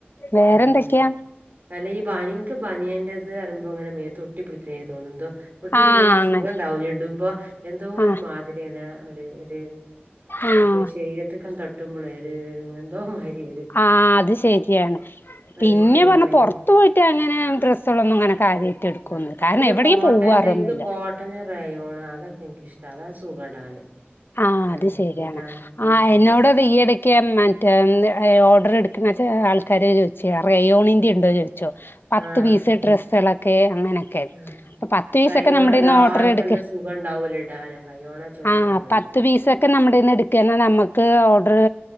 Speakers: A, on the left (about 60°); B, on the right (about 50°).
A: വേറെന്തൊക്ക്യാ
B: ആഹ് അല്ല ഈ ബാനി ഇൻക്ക്‌ ബനിയന്റെത് റിയുമ്പോ ങ്ങനെ മേത്തൊട്ടി പിടിക്കണമാരി തോന്നുന്തോ ഒട്ടിപ്പിടിക്കുമ്പോരു
A: ആഹ് അങ്ങനെ
B: സുഖണ്ടാവുല ഇടുമ്പോ എന്തോ ഒരു
A: ആഹ്
B: മാതിര്യാണ് ഒര് ഒര്
A: ആഹ്
B: ശരീരത്തൊക്കെ തട്ടുമ്പോളെ ഒരു എന്തോ മാതിരി
A: ആ അത് ശെരിയാണ്
B: ഒരിത്
A: പിന്നെ പറഞ്ഞ
B: മാരി
A: പൊർ ത്ത് പോയിട്ടങ്ങനെ ഡ്രസ്സുകളൊന്നും അങ്ങനെ കാര്യായിട്ട് എടുക്കൊന്നുല്ല
B: ആഹ്
A: കാരണം
B: പിന്നെ
A: എവിടേം
B: കോട്ടന്റെ
A: പോവാറൊന്നുല്ല
B: ഇൻക്ക് കോട്ടന്, റെയോണ് അതൊക്കെൻക്കിഷ്ട അതാ സുഖടാന്
A: ആ
B: അങ്ങനെ
A: അത് ശരിയാണ്
B: കിട്ടാന്
A: ആ
B: ഉം
A: എന്നോട് ഈ ടക്ക് റ്റേ ഓഡർട്ക്ക്‌ണെ ചെ ആൾക്കാര് ചോയ്ച്ച റയോണിന്റെ ണ്ടോ ചോയ്ച്ചു പത്ത്
B: ആഹ്
A: പീസ് ഡ്രസ്സുകളൊക്കെ അങ്ങനെയൊക്കെ ക്കെ
B: ആഹ്
A: പ്പൊ പത്തീസൊക്കെ
B: റയോൺ
A: നമ്മളേന്ന്
B: എല്ലാർക്കും
A: ഓഡർ എടുക്ക
B: നല്ല സുഖണ്ടാവല്ലോ ഇടാന് റയോണാ ചോയിക്കണോന്നുണ്ട്
A: അ പത്ത് ത്ത് പിസൊക്കെ നമ്മുടെന്ന് എടുക്കാന്നെ നമ്മക്ക് ഓഡറെ